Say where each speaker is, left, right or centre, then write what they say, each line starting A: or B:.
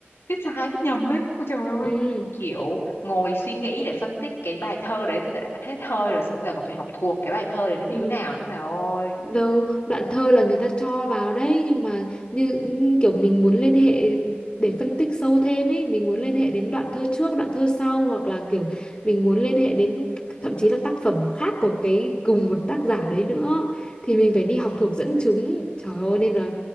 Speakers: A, on the left; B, on the left.
A: viết sai viết nhầm ấy. Ôi trời ơi,
B: Ừ.
A: kiểu ngồi suy nghĩ để phân tích cái bài thơ đấy tôi đã thấy thơ rồi xong giờ còn phải học thuộc cái bài thơ để nó như
B: Ừ.
A: thế nào nữa bà ơi.
B: đâu đoạn thơ là người ta cho vào đấy nhưng mà như như kiểu mình muốn liên hệ để phân tích sâu thêm ấy mình muốn liên hệ đến đoạn thơ trước đoạn thơ sau hoặc là kiểu mình muốn liên hệ đến thậm chí là tác phẩm khác của cái cùng một tác giả đấy nữa thì mình phải đi học thuộc dẫn chứng trời ơi nên là